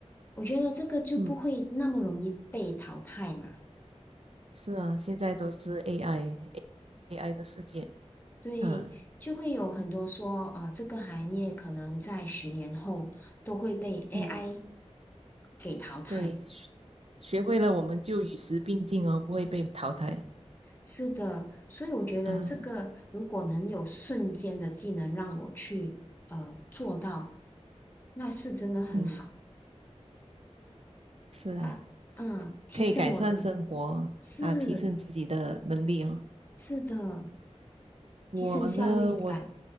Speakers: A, on the left; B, on the right.
A: 我觉得这个就不会那么容易被淘汰嘛。
B: 嗯。是啊，现在都是 AI，AI 的世界。
A: 对，
B: 啊，
A: 就会有很多说，呃，这个行业可能在十年后都会被 AI
B: 嗯，
A: 给淘汰。
B: 对，学学会了我们就与时并进哦，不会被淘汰。
A: 是的，所以我觉得这个如果能有瞬间的技能让我去呃做到，
B: 啊，
A: 那是真的很好。
B: 嗯，是啊，
A: 哈，嗯，提升我的，
B: 可以改善生活啊，
A: 是
B: 提升自己的能力哦。
A: 是的，
B: 我呢，
A: 提升效率感。
B: 我